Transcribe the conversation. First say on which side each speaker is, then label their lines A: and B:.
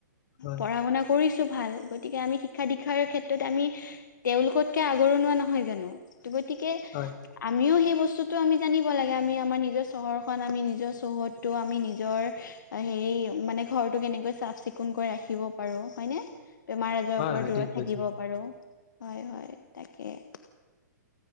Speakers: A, on the left; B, on the left.
A: হয়
B: পঢ়া শুনা কৰিছো ভাল, গতিকে আমি শিক্ষা দীক্ষাৰ ক্ষেত্ৰত আমি তেওঁলোকতকে আগৰনুৱা নহয় জানো, ত গতিকে
A: হয়।
B: আমিও সেই বস্তুতো আমি জানিব লাগে, আমি আমাৰ নি নিজৰ চহৰ খন, আমি নিজৰ চৌহদতটো আমি নিজৰ হেৰি মানে ঘৰতটো কেনেকৈ চাফ চিকু কোনকৈ ৰাখিব পাৰোঁ হয়নে? বেমাৰ আজাৰৰ
A: হয়
B: পৰা
A: হয়
B: দূৰত
A: ঠিক
B: থাকিব
A: কৈছে
B: পাৰো। হয়, হয়, তাকে!